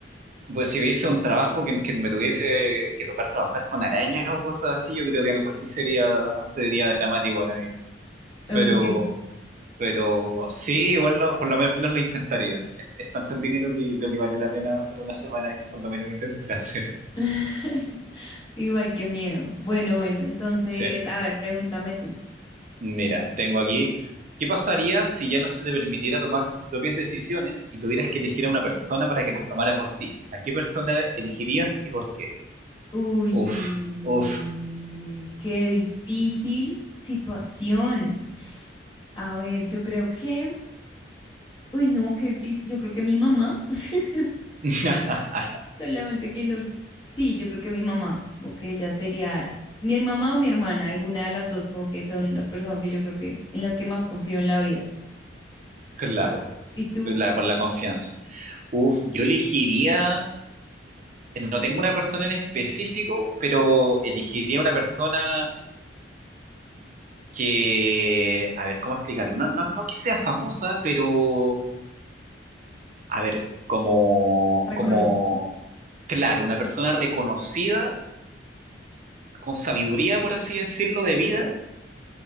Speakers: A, on the right; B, on the left.
A: Pues si hubiese un trabajo que, que me tuviese que tocar trabajar con arañas o cosas así, yo creo que algo así sería, sería dramático para mí.
B: Ok.
A: Pero Pero sí, igual lo- por lo menos lo intentaría. Es, es tanto el dinero que yo creo que vale la pena por una semana por lo menos intentar <laughs> hacerlo.
B: <laughs> Igual que miedo. Bueno, bueno, entonces,
A: Sí.
B: a ver, pregúntame tú.
A: Mira, tengo aquí. ¿Qué pasaría si ya no se te permitiera tomar tus propias decisiones y tuvieras que elegir a una persona para que las tomara por ti? ¿A qué persona elegirías y por qué?
B: Uy,
A: Uf, uf.
B: qué difícil situación. A ver, yo creo que, uy, no, qué difícil. Yo creo que mi mamá. <laughs>
A: <laughs>
B: Solamente que no. Sí, yo creo que mi mamá, como que ella sería mi mamá o mi hermana, alguna de las dos, como que son las personas que yo creo que en las que más confío en la vida.
A: Claro,
B: ¿Y tú
A: la- por la confianza. Uf, yo elegiría, no tengo una persona en específico, pero elegiría una persona que, a ver, ¿cómo explicarlo? No, no, no que sea famosa, pero, a ver, como,
B: reconocí?
A: como, claro, una persona reconocida, con sabiduría, por así decirlo, de vida,